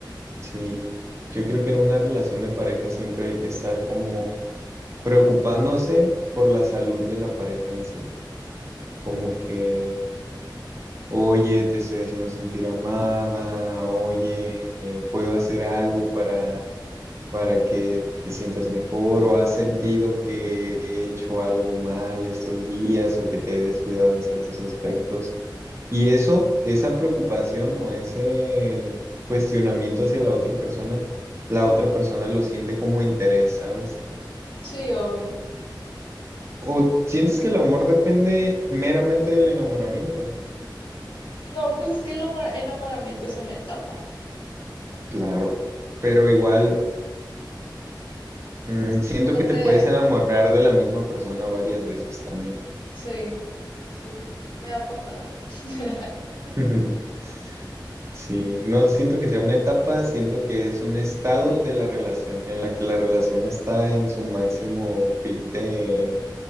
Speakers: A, on the right; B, on the left.
A: Sí, yo creo que en una relación de pareja siempre hay que estar como preocupándose por la salud de la pareja en sí, como que... Oye, te estoy haciendo sentir amada, oye, eh, puedo hacer algo para para que te sientas mejor o has sentido que he hecho algo mal estos días o que te he descuidado en ciertos aspectos. Y eso, esa preocupación o ese cuestionamiento hacia la otra persona, la otra persona lo siente como interés, ¿sabes?
B: Sí, obvio.
A: ¿O sientes que el amor depende meramente del enamoramiento?
B: No, pues es que el enamor- enamoramiento es una etapa
A: Claro, pero igual mm, siento
B: donde,
A: que te puedes enamorar de la misma persona varias veces también.
B: sí, sí, me ha pasado. <laughs>
A: <laughs> Sí, no siento que sea una etapa, siento que es un estado de la relación en la que la relación está en su máximo pic de,